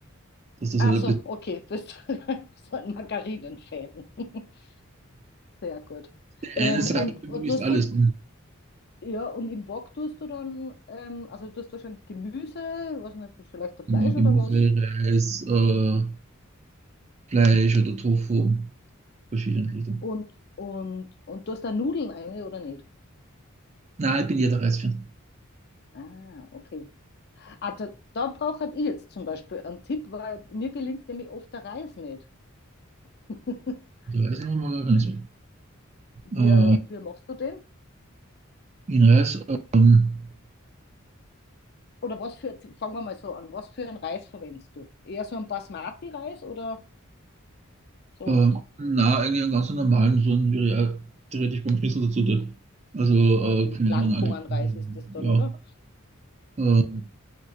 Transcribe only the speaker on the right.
dass das
halt ein
bisschen.
Die
eine Sache
für mich
ist
alles.
Ja, Gemüse,
Reis, äh, Fleisch oder Tofu, verschiedene Richtungen.
Nein, ich bin jeder Reis-Fan.
Der Reis nochmal Reis.
Äh,
in Reis, ähm,
Ähm, na, eigentlich einen ganz normalen, so einen, wie er theoretisch beim Schnitzel dazu tut. Also, äh,
keine
Ahnung, eigentlich.
Ja,
ähm,